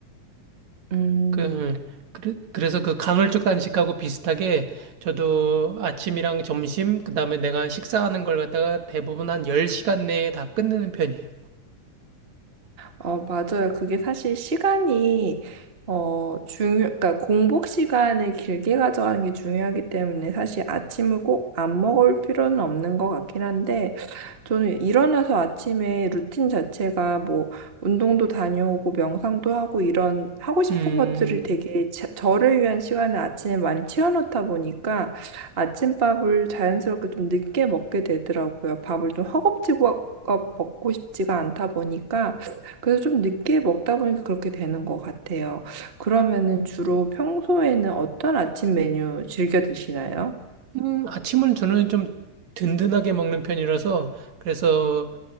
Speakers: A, on the right; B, on the right.
A: 음.
B: 그 그래- 그래서 그 간헐적 단식하고 비슷하게 저도 아침이랑 점심 그다음에 내가 식사하는 걸 갖다가 대부분 한 10시간 내에 다 끝내는 편이에요.
A: 어, 맞아요. 그게 사실 시간이, 어, 중요, 그러니까 공복 시간을 길게 가져가는 게 중요하기 때문에 사실 아침을 꼭 안 먹을 필요는 없는 것 같긴 한데, 저는 일어나서 아침에 루틴 자체가 뭐, 운동도 다녀오고, 명상도 하고, 이런 하고 싶은
B: 음.
A: 것들을 되게 제- 저를 위한 시간을 아침에 많이 채워놓다 보니까 아침밥을 자연스럽게 좀 늦게 먹게 되더라고요. 밥을 좀 허겁지겁 먹고 싶지가 않다 보니까, 그래서 좀 늦게 먹다 보니까 그렇게 되는 것 같아요. 그러면은 주로 평소에는 어떤 아침 메뉴 즐겨 드시나요?
B: 음, 아침을 저는 좀 든든하게 먹는 편이라서 그래서